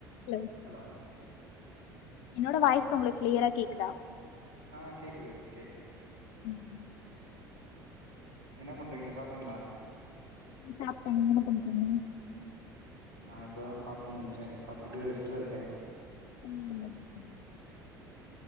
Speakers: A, on the left (about 55°); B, on the right (about 70°).
A: Hello
B: hello
A: என்னோட voice உங்களுக் கிளியரா கேக்குதா
B: ஆ கேக்குது கேக்குது
A: ம் ம்
B: என்னப் பண்ணுறீங்க சாப்பிட்டீங்களா
A: சாப்டே நீங்க என்ன பண்றீங்க
B: நா இப்ப தா சாப்ட்டு முடிச்சே சாப்ட்டுட்டு ரெஷ்ட்லருக்கே
A: ம் <inaudible>